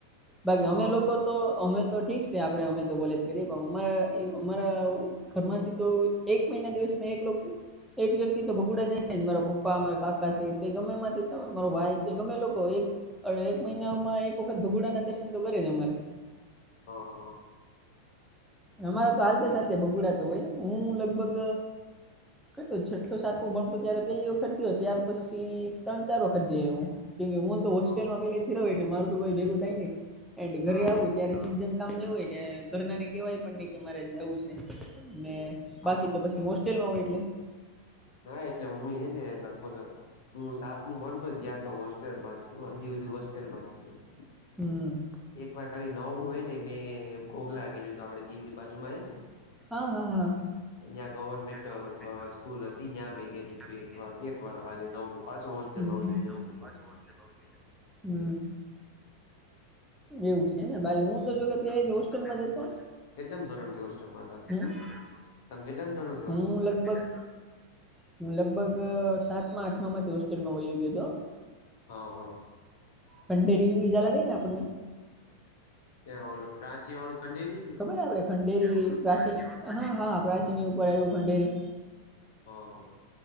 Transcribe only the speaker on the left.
હા
હા
અ હ હ
હા
એટલે
હા
હા
હા
ના એટલે હું એ ને લગભગ હું સાતમું ભણતો ત્યારનો હોસ્ટેલમાં છું હજી હુધી હોસ્ટેલમાં જ છ.
એક વાર ખાલી નવમું હોય ને મેં ઘોધ લાગેલું હતું આપણે દીવની બાજુમાં હે ને
ત્યાં ગવર્મેન્ટ
સ્કૂલ હતી
ત્યાં મેં
ગેલું હતું એક વાર એક વાર ખાલી નવમું પાછો હોસ્ટેલમાં
વયો
જતો હું તો
કેમ ધોરણથી હોસ્ટેલમાં હતા?
તમ કેટલામ ધોરણ
અ હ
ત્યાં ઓલો પ્રાચીવાળું ખંડેરી જ ને?
અ હ.